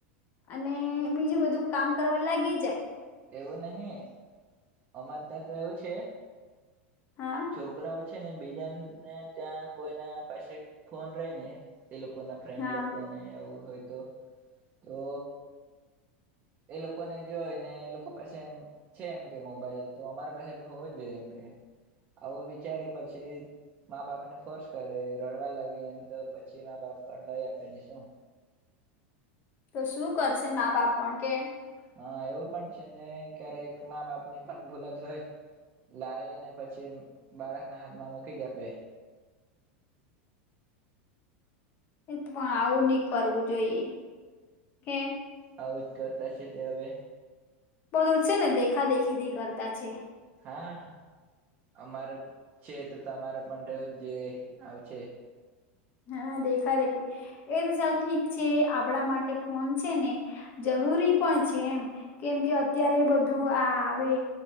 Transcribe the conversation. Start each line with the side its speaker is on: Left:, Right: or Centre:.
Left: અને બીજું બધું કામ કરવા લાગી જાય.
Right: એવું નહિ અમારે ત્યાં તો એવું છે.
Left: હા
Right: છોકરાઓ છે ને બીજા ને ત્યાં કોઈના પાસે ફોન રહી ને એ લોકો ના ફ્રેન્ડ
Left: હા
Right: લોકો ને એવું હોય. તો તો એ લોકોને જોઈ ને એ લોકો પાસે એમ છે એમ કે મોબાઈલ તો અમારા પાસે હોવો જ જોઈએ એમ કે આવું વિચારે પછી મા બાપને ફોર્સ કરે રડવા લાગે એમ તો પછી મા બાપ પણ લઈ આપે ને શું
Left: તો શું કરશે મા બાપ પણ કે
Right: હા એવું પણ છે ને ક્યારેક મા બાપ ની પણ ભૂલ જ હોય લાવી ને પછી બાળકના હાથમાં મૂકી જ આપે
Left: એ તો પણ આવું નહી કરવું જોઈએ. ઓ કે.
Right: આવું જ કરતા છે તે હવે
Left: બધું છે ને દેખા દેખી થી કરતા છે.
Right: હા, અમારે છે તો તમારે પણ રહેવું જ જે આવ છે.
Left: હા દેખા-દેખી, એ તો ચાલ ઠીક છે. આપણા માટે ફોન છે ને જરૂરી પણ છે એમ, કેમ કે અત્યારે બધું આ આવે